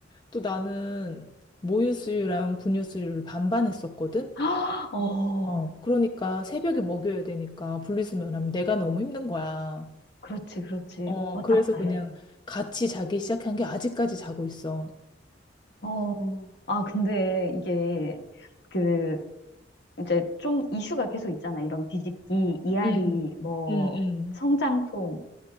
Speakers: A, on the left (about 25°); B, on the left (about 60°).
A: 또 나는 모유수유랑 분유수유를 반반 했었거든?
B: <gasps> 어,
A: 어, 그러니까 새벽에 먹여야 되니까 분리수면하면 내가 너무 힘든 거야.
B: 그렇지, 그렇지.
A: 어,
B: 왔다
A: 그래서
B: 갔다
A: 그냥
B: 해야 돼.
A: 같이 자기 시작한 게 아직까지 자고 있어.
B: 어, 아, 근데 이게 그 이제 좀 이슈가 계속 있잖아. 이런 뒤집기, 이앓이,
A: 응,
B: 뭐
A: 응, 응.
B: 성장통